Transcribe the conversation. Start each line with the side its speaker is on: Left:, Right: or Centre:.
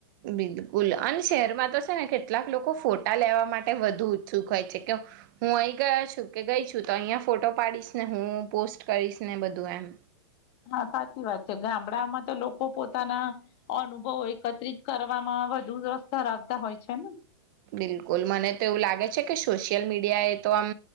Right: બિલકુલ, અને શહેરમાં તો છે ને કેટલાક લોકો ફોટા લેવા માટે વધુ ઉત્સુક હોય છે કે હું અહીં ગયા છું કે ગઈ છું, તો અહીંયા ફોટો પાડીશ ને હું પોસ્ટ કરીશ ને બધું એમ.
Left: હા, સાચી વાત છે, ગામડામાં તો લોકો પોતાના અનુભવો એકત્રિત કરવામાં વધુ રસ ધરાવતા હોય છે ને.
Right: બિલકુલ, મને તો એવું લાગે છે કે સોશિયલ મીડિયાએ તો આમ